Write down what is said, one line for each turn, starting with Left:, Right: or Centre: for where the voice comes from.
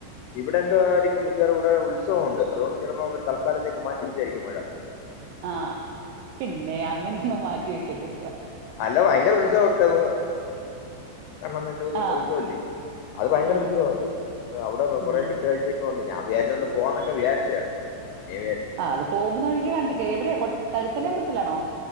Left: ഇവിടെ എന്തോ ആയിരിക്കും മിക്കവാറും ഇവിടെ ഉത്സവം ഉണ്ട് അതുകൊണ്ട് ചിലപ്പോ അവര് തൽക്കാലത്തേക്ക് മാറ്റിവെച്ചായിരിക്കും മഴ
Right: ആഹ് പിന്നെ അങ്ങനൊന്നും മാറ്റി വെക്കത്തില്ല
Left: അല്ല ഭയങ്കര ഉത്സവം എടുത്തങ്ങ് എണ്ണേന്നു ല്ലോരു
Right: ആഹ്
Left: ഉത്സവല്ലിയോ അത് ഭയങ്കര
Right: ഉം
Left: ഉത്സവാ
Right: ഉം
Left: അത് അവിടെ
Right: ഉം
Left: ഒരാഴ്‌ച്ചേക്കൊള്ളൂ ഞാൻ വിചാരിച്ചൊന്ന് പോകാമെന്നൊക്കെ വിജാരിച്ചയാ പിന്നെ വിജാരിച്ച്
Right: ആഹ് അത് പോകുന്ന വഴിക്ക്‌ എവിടെയാ തഴുത്തലമ്പലത്തിലാണോ